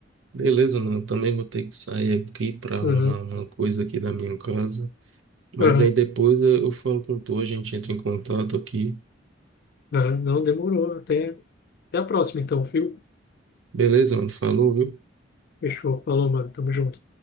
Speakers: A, on the right (about 85°); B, on the left (about 55°).
A: Beleza, mano, também vou ter que sair aqui para arrumar
B: Uhum,
A: uma coisa aqui da minha casa. Mas
B: uhum,
A: aí depois eu eu falo com tu, a gente entra em contato aqui.
B: uhum. Não demorou. Até, até a próxima, então, viu?
A: Beleza, mano, falou, viu?
B: Fechou. Falou, mano. Tamo junto.